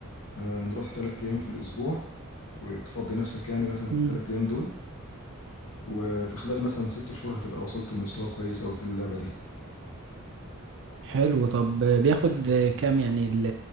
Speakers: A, on the left; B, on the right.
A: هنروح تلات أيام في الأسبوع وتفضي نفسك يعني مثلا في
B: امم
A: التلات أيام دول وفي خلال مثلا ست شهور هتبقى وصلت لمستوى كويس أوي في اللعبة دي
B: حلو طب آه، بياخد آه، كام يعني ال-